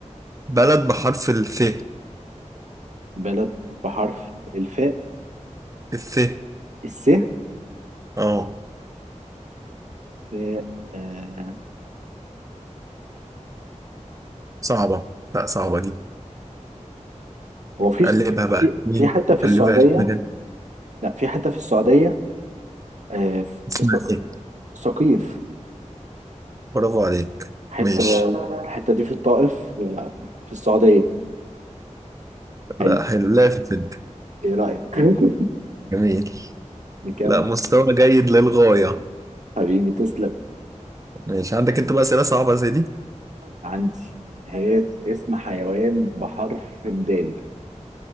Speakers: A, on the right; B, on the right.
A: بلد بحرف الث
B: بلد بحرف الفاء
A: الث
B: السهل
A: اه
B: آه، آه،
A: صعبة لا صعبة دي
B: هو في
A: قلبها بقى
B: في
A: يمين
B: في حته في السعوديه
A: قلبها شمال
B: لا في حته في السعوديه آه، في
A: اسمها
B: سق-
A: ايه
B: سقيف
A: برافو عليك
B: حته
A: ماشي
B: الحته دي في الطائف آه، في السعوديه
A: لا
B: حلو
A: حلو لافت انت
B: ايه رايك <laughs>
A: جميل
B: بكام
A: لا مستوى جيد للغاية
B: حبيبي تسلم
A: ماشي عندك انت بقى أسئلة صعبة زي دي
B: عندي هي اسم حيوان بحرف الدال